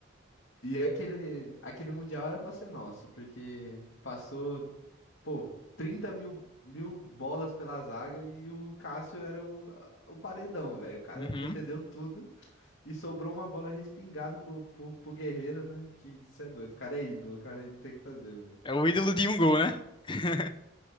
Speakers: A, on the left (about 75°); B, on the left (about 25°).
A: e aquele, aquele Mundial era pra ser nosso, porque passou, pô, 30 mil, mil bolas pela zaga e o Cássio era o, o paredão, velho. O cara
B: Uhum.
A: defendeu tudo. E sobrou uma bola respingada pro, pro, pro Guerreiro, né? Que isso é doido. O cara é ídolo, o cara não tem o que fazer, velho.
B: É o ídolo de um gol, né? <laughs>